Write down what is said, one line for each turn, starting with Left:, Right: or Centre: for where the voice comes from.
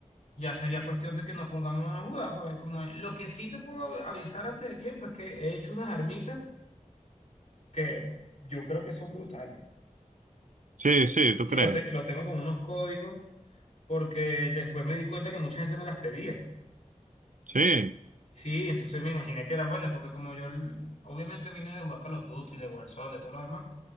Left: ya sería cuestión de que nos pongamos a jugar para ver cómo es. Lo que sí te puedo av- avisar antes de tiempo es que he hecho unas armitas que yo creo que son brutales.
Right: Sí, sí, ¿tú
Left: Y
Right: crees?
Left: lo, te- lo tengo con unos códigos, porque después me di cuenta que mucha gente me las pedía.
Right: Sí.
Left: Sí, entonces me imaginé que eran buenas, porque como yo l- obviamente vine de jugar Call of Duty, de Warzone, de todo lo demás.